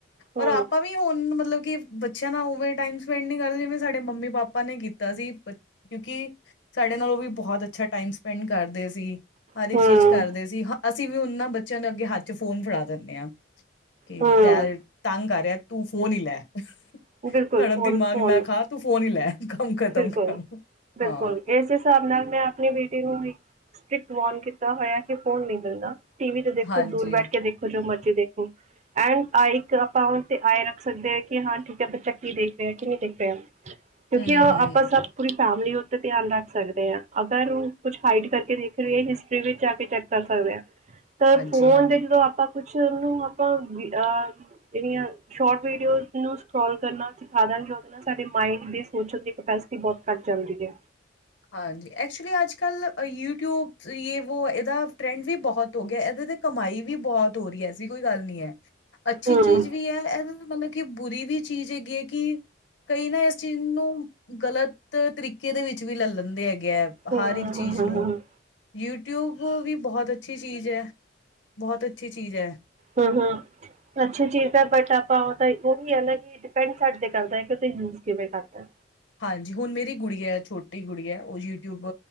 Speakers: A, on the right; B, on the left.
A: ਹਾਂ
B: ਔਰ ਆਪਾਂ ਵੀ ਹੁਣ ਮਤਲਬ ਕਿ ਬੱਚਿਆਂ ਨਾਲ ਓਵੇਰ ਟਾਈਮ ਪਿੰਡ ਦੀ ਗੱਲ ਜਿਵੇਂ ਸਾਡੇ ਮੰਮੀ ਪਾਪਾ ਨੇ ਕੀਤਾ ਸੀ ਕਿਉਂਕਿ ਸਾਡੇ ਨਾਲ ਉਹ ਵੀ ਬਹੁਤ ਅੱਛਾ ਟਾਈਮ ਸਪੈਂਡ ਕਰਦੇ ਸੀ
A: ਹੂੰ
B: ਹਰ ਇੱਕ ਚੀਜ਼ ਕਰਦੇ ਸੀ ਅਸੀਂ ਵੀ ਉਹਨਾਂ ਬੱਚਿਆਂ ਨੂੰ ਅੱਗੇ ਹੱਥ ਚ ਫੋਨ ਫੜਾ ਦਿੰਦੇ ਹਾਂ ਕਿ
A: ਹੂੰ
B: ਦੈ ਤੰਗ ਆ ਰਿਹਾ ਤੂੰ ਫੋਨ ਨ ਲੈ ਤੁ
A: ਹੂੰ ਬਿਲਕੁਲ
B: ਸਾਡਾ
A: ਫੋਨ
B: ਦਿਮਾਗ
A: ਫੋਨ
B: ਨਾ ਖਾ ਤੂੰ ਫੋਨ ਹੀ ਲੈ ਕੰਮ ਖਤਮ
A: ਬਿਲਕੁਲ
B: ਕਰ
A: ਬਿਲਕੁਲ
B: ਹਾਂ।
A: ਇਸ ਹਿਸਾਬ ਨਾਲ ਮੈਂ ਆਪਣੇ ਬੇਟੀ ਨੂੰ ਸਟ੍ਰਿਕਟ ਵਾਰਨ ਕੀਤਾ ਹੋਇਆ ਕਿ ਫੋਨ ਨੀ ਮਿਲ਼ਦਾ। ਟੀ ਵੀ ਤੇ ਦੇਖੋ
B: ਹਾਂਜੀ
A: ਦੂਰ ਬੈਠ ਕੇ ਦੇਖੋ ਜੋ ਮਰਜ਼ੀ ਦੇਖੋ। ਐਂਡ ਆ ਇੱਕ ਆਪਾਂ ਤੇ ਆਏ ਰੱਖ ਸਕਦੇ ਆ ਕਿ ਹਾਂ ਠੀਕ ਆ ਬੱਚਾ ਕੀ ਦੇਖ ਰਿਹਾ ਕਿ ਨਹੀਂ ਦੇਖ ਰਿਹਾ।
B: ਹੂੰ
A: ਕਿ ਓ
B: ਹੂੰ
A: ਆਪਾਂ ਸਭ ਪੂਰੀ ਫੈਮਿਲੀ ਉੱਤੇ ਧਿਆਨ ਰੱਖ ਸਕਦੇ ਆ ਅਗਰ ਉਹ ਕੁਛ ਹਾਈਡ ਕਰਕੇ ਦੇਖ ਰਹੇ, ਹਿਸਟਰੀ ਵਿੱਚ ਜਾ ਕੇ ਚੈੱਕ ਕਰ ਸਕਦੇ ਆ।
B: <unintelligible>
A: ਤੇ ਫੋਨ
B: ਹਾਂਜੀ
A: ਦੇ ਜਦੋਂ ਆਪਾਂ ਕੁਛ ਉਹਨੂੰ ਆਪਾਂ ਅ ਜਿਹੜੀਆਂ ਸ਼ੋਰਟ ਵੀਡੀਓਜ਼ ਨੂੰ ਸਕਰੋਲ ਕਰਨਾ ਸਿਖਾ ਦਾਂਗੇ ਉਹਦੇ ਨਾਲ ਸਾਡੇ ਮਾਇੰਡ ਦੇ ਸੋਚਣ ਦੀ ਕਪੈਸਿਟੀ ਬਹੁਤ ਘੱਟ ਜਾਂਦੀ ਐ।
B: ਹਾਂਜੀ, ਐਕਚੁਲੀ ਅੱਜ ਕੱਲ੍ਹ ਯੂਟੂਬ ਜੇ ਵੋ ਇਹਦਾ ਟਰੈਂਡ ਵੀ ਬਹੁਤ ਹੋ ਗਿਆ ਇਹਦੇ ਤੇ ਕਮਾਈ ਵੀ ਬਹੁਤ ਹੋ ਰਹੀ ਐ ਐਸੀ ਕੋਈ ਗੱਲ ਨਹੀਂ ਐ ਅੱਛੀ
A: ਹਮ
B: ਚੀਜ਼ ਵੀ ਐ ਇਹਦੇ ਮਤਲਬ ਕਿ ਬੁਰੀ ਵੀ ਚੀਜ਼ ਹੈਗੀ ਆ ਕੀ, ਕਈ ਨਾ ਇਸ ਚੀਜ਼ ਨੂੰ ਗਲਤ ਤਰੀਕੇ ਦੇ ਵਿੱਚ ਵੀ ਲੈ ਲੈਂਦੇ ਹੈਗੇ ਆ
A: ਹਮ
B: ਹਰ ਇੱਕ ਚੀਜ਼
A: ਹਮ
B: ਨੂੰ। ਯੂਟਿਊਬ ਵੀ ਬਹੁਤ ਅੱਛੀ ਚੀਜ਼ ਆ ਬਹੁਤ ਅੱਛੀ ਚੀਜ਼ ਆ।
A: ਹੂੰ ਹੂੰ, ਅੱਛਾ ਚੀਜ਼ ਆ ਬਟ ਆਪਾ ਤਾਂ ਉਹੀ ਆ ਨਾ ਕਿ ਡਿਪੈਂਡ ਸਾਡੇ ਤੇ ਕਰਦਾ ਕਿ ਉਹਦਾ ਯੂਜ ਕਿਵੇਂ ਕਰਨਾ।
B: ਹਾਂਜੀ, ਹੁਣ ਮੇਰੀ ਗੂੜੀਆ ਐ ਛੋਟੀ ਗੂੜੀਆ ਉਹ ਯੂਟਿਊਬ